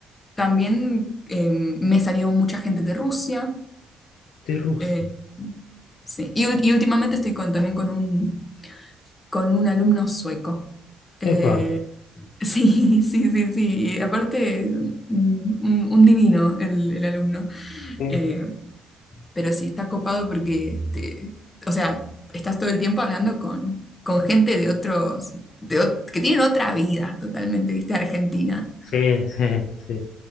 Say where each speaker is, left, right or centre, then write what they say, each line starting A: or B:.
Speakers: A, on the left; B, on the left.
A: también eh, me salió mucha gente de Rusia.
B: de Rusia.
A: eh, sí, y, ul- y últimamente estoy con, también con un con un alumno sueco. Eh,
B: Epa,
A: <laughs> sí, sí, sí, sí. y Aparte, un, un- un divino el, el alumno.
B: eh,
A: Eh, pero sí está copado porque, te, o sea, estás todo el tiempo hablando con, con gente de otros, de, ot- que tienen otra vida totalmente, viste, Argentina.
B: sí, sí, sí,